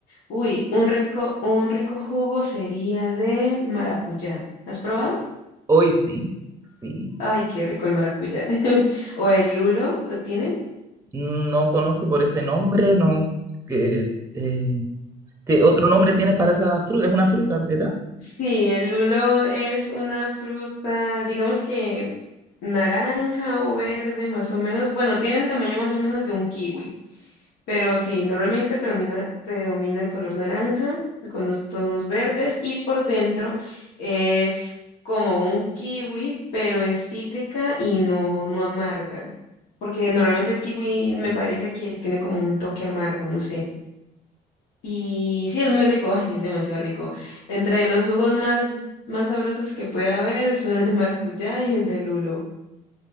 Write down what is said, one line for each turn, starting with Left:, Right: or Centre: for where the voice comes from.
Left: uy, un rico, un rico jugo sería de maracuyá. ¿Has probado?
Right: Hoy sí, sí.
Left: Ay, qué rico el maracuyá. <laughs> ¿O el lulo? ¿Lo tienes?
Right: No conozco por ese nombre, no. Que, eh, ¿qué otro nombre tiene para esa fruta? Es una fruta, ¿verdad?
Left: Sí, el lulo es una fruta, digamos que naranja o verde más o menos. Bueno, tiene el tamaño más o menos de un kiwi, pero sí, normalmente predomina, predomina el color naranja con los tonos verdes y por dentro es como un kiwi, pero es cítrica y no, no amarga, porque normalmente el kiwi me parece que tiene como un toque amargo, no sé. Y sí, es muy rico, ay, es demasiado rico. Entre los jugos más, más sabrosos que puede haber son el de maracuyá y el de lulo.